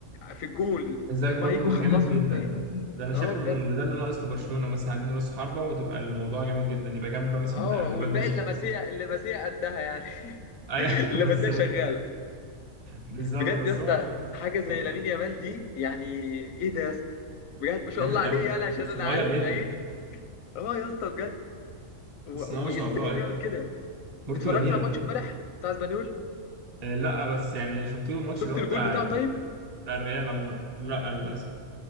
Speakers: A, on the left; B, on the right.
A: في الجول
B: ازيك
A: اللي
B: برضه
A: هم هيجوا
B: ده
A: يخلصوا
B: جامد جدا
A: حرفيا
B: ده انا شايفه
A: اه بجد
B: اللي ده اللي ناقص لبرشلونه مثلا عايزين راس حربه وتبقى الموضوع جامد جدا يبقى جنب مثلا
A: اه
B: ليفاندوسكي
A: والباقي اللمسيه اللمسيه قدها يعني <laughs>
B: ايوه
A: اللمسيه
B: <laughs> بالظبط
A: شغاله
B: بالظبط
A: بجد
B: بس
A: يا اسطى
B: هو
A: حاجه زي
B: آه،
A: لامين يامال دي يعني ايه ده يا اسطى بجد ما شاء
B: جامد
A: الله عليه
B: قوي
A: يعني عشان
B: وصغير
A: انا عارف
B: جدا
A: العين اه يا اسطى بجد و...
B: بس إن هو ما
A: وازاي
B: شاء الله ايوه
A: بيعمل كده
B: كورته
A: اتفرجت
B: جميله
A: على الماتش امبارح بتاع اسبانيول
B: آه، لا بس يعني شفت له الماتش
A: شفت
B: اللي هو
A: الجول
B: بتاع
A: بتاعه
B: ال...
A: طيب
B: بتاع الريال عموما لا للاسف